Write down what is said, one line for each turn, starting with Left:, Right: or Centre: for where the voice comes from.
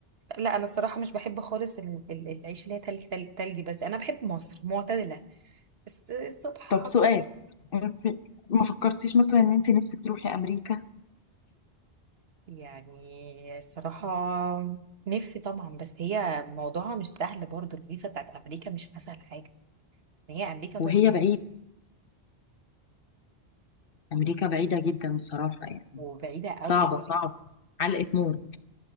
Right: لا انا الصراحه مش بحب خالص ال... ال... العيش اللي هي تلج تلج تلج بس انا بحب مصر معتدله الس- الصبح حر
Left: طب سؤال انت ما فكرتيش مثلا ان انت نفسك تروحي امريكا
Right: يعني الصراحه نفسي طبعا بس هي موضوعها مش سهل برضو الفيزا بتاعت امريكا مش اسهل حاجه هي امريكا
Left: وهي
Right: تحفه
Left: بعيدة أمريكا بعيدة جدا بصراحة يعني
Right: وبعيده قوي
Left: صعبة
Right: قوي
Left: صعبة علقة موت